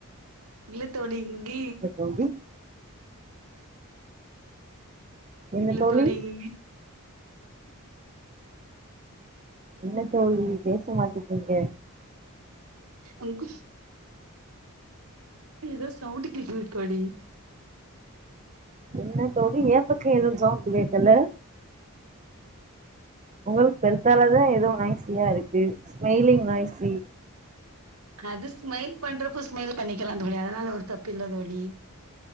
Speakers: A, on the right (about 80°); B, on the right (about 35°).
A: இல்ல தோழி இங்கியு
B: வந்து என்ன
A: இல்ல
B: தோழி
A: தோழிங்
B: என்ன தோழி பேச மாட்டிக்கீங்க
A: அங்கு ஸ் ஏ எதோ சவுண்டு கேக்க வைக்காடி
B: என்ன தோழி ஏன் பக்கோ எது சவுண்டு கேக்கல உங்களுக் பெருத்தால தா ஏதோ நாய்சியா இருக்கு ஸ்மெலிங் நாய்சி
A: அது ஸ்மைல் பண்றப்போ ஸ்மைல் பண்ணிக்கலா தோழி அதனால ஒரு தப்பு இல்ல தோழி